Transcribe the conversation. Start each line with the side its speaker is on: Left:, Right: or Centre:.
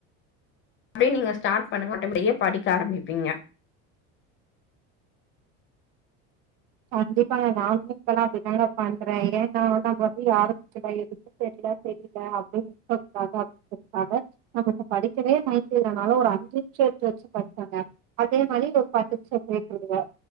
Left: அப்டின்னு நீங்க ஸ்டார்ட் பண்ணுங்க ஆட்டோமேட்டிக்கா படிக்க ஆரம்பிப்பீங்க.
Right: கண்டிப்பாங்க நானுமே இப்பல்லா அப்டிதாங்க பண்றே ஏன்னா <inaudible> எதுமே தெரியல தெரியல அப்டின்னு <inaudible> க்காக நமக்கு படிக்கவே மைண்ட் இல்லனாலு ஒரு அஞ்சு நிமிஷோ எப்டியாச்சு படிப்பேங்க அதே படில உக்காந்து அஞ்சு நிமிஷோ பிரேக் விடுவே